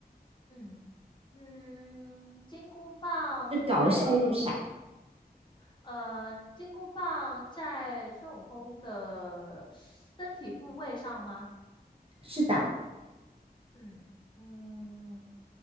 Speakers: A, on the left; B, on the right.
A: 嗯嗯，金箍棒被
B: 是搞笑又傻。
A: 呃，金箍棒在孙悟空的身体部位上吗？
B: 是的，
A: 嗯嗯，